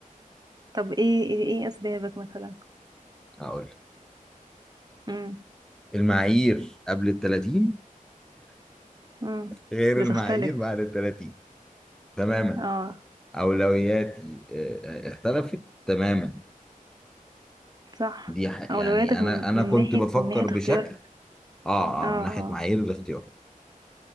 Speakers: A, on the right (about 30°); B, in the centre.
A: طب ايه ايه إيه اسبابك مثلا
B: اقول لك.
A: امم
B: المعايير قبل ال 30
A: امم
B: غير
A: بتختلف
B: المعايير بعد ال 30 تماما
A: اه
B: أولوياتي آه، آه، اختلفت تماما
A: صح
B: دي ح- يعني
A: اولوياتك
B: أنا
A: من
B: أنا
A: من
B: كنت
A: ناحية
B: بفكر
A: من ناحية
B: بشكل
A: اختيار
B: آه
A: اه اه
B: آه من ناحية معايير الاختيار